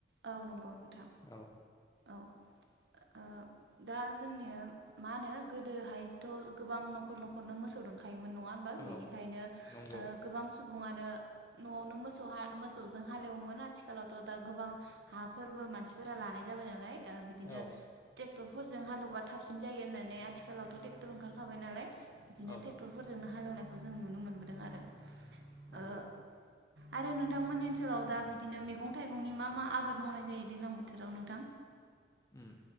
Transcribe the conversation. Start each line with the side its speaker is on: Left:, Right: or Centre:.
Right: औ नंगौ नोंथां
Left: औ
Right: औ। दा जोंनिया मा होनो गोदोहायथ' गोबां न'खर न'खरनो मोसौ दंखायोम। नङा होमबा
Left: औ
Right: बिनिखायनो
Left: नंगौ
Right: गोबां सुबुङानो। न'आवनो मोसौ मोसौजों हालेवोमोन आथिखालावथ' दा गोबां। हाफोरबो मानसिफोरा लानाय जाबाय नालाय। ओ बिदिनो।
Left: औ
Right: क्टरफोरजों हालेवा थाबसिन जायो होननानै आथिखालावथ' ट्रेक्टर ओंखारखाबाय नालाय। बिदिनो
Left: औ
Right: ट्रेक्टरफोरजोंनो। हालेवनायखौ जों नुनो मोनबोदों आरो।
Left: नंगौ।
Right: ओ आरो नोंथांमोननि ओनसोलाव दा बिदिनो मैगं थाइगंनि मा मा। आबाद मावनाय जायो दैज्लां बोथोराव नोंथां।
Left: उम